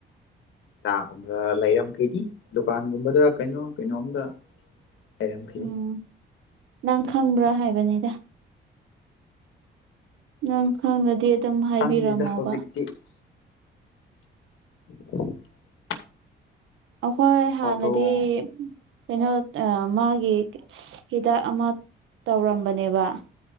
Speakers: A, on the left (about 75°); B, on the right (about 80°).
A: ꯇꯥꯒꯨꯝꯕ ꯂꯩꯔꯝꯈꯩꯗꯤ ꯗꯨꯀꯥꯟꯒꯨꯝꯕꯗ꯭ꯔ ꯀꯩꯅꯣ ꯀꯩꯅꯣꯝꯗ ꯍꯥꯏꯔꯝꯈꯅꯤ
B: ꯎꯝ ꯅꯪ ꯈꯪꯕ꯭ꯔꯥ ꯍꯥꯏꯕꯅꯤꯗ ꯅꯪ ꯈꯪꯅꯗꯤ ꯑꯗꯨꯝ ꯍꯥꯏꯕꯤꯔꯝꯃꯕ
A: ꯈꯪꯗꯦꯗ ꯍꯧꯖꯤꯛꯇꯤ <inaudible> <unintelligible>
B: ꯑꯩꯈꯣꯏ ꯍꯥꯟꯅꯗꯤ
A: ꯍꯧꯗꯣꯡ
B: ꯀꯩꯅꯣ ꯃꯥꯒꯤ ꯍꯤꯗꯥꯛ ꯑꯃ ꯇꯧꯔꯝꯕꯅꯦꯕ